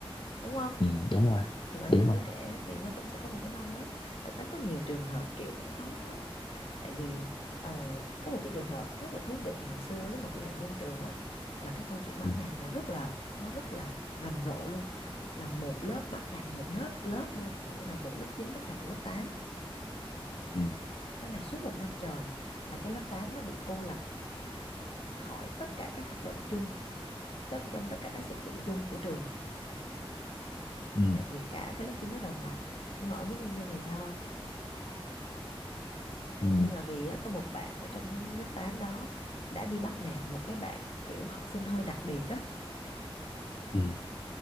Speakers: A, on the left; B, on the left.
A: đúng không
B: ừ, đúng rồi
A: thì bản
B: đúng
A: thân
B: rồi
A: đứa trẻ thì nó cũng sẽ có một cái non nớt thật ra có nhiều trường hợp kiểu cũng khó nói lắm tại vì ờ, có một cái trường hợp rất là thú vị ngày xưa lúc mà tôi làm trong trường á là cái câu chuyện bắt
B: ừ,
A: nạt nó rất là nó rất là rầm rộ luôn là một lớp bắt nạt một lớp lớp luôn có nghĩa là một lớp 9 bắt nạt một lớp tám
B: ừ,
A: bắt nạt suốt một năm trời là cái lớp 8 nó bị cô lập khỏi tất cả các hoạt động chung tức trong tất cả các sự kiện chung của trường
B: ừ, ừ,
A: tại vì cả cái lớp 9 nó đồng lòng nhưng mà ông biết nguyên nhân vì sao không Nguyên
B: ừ.
A: nhân là vì á, có một bạn ở trong cái lớp 8 đó đã đi bắt nạt một cái bạn kiểu học sinh hơi đặc biệt á,
B: ừ,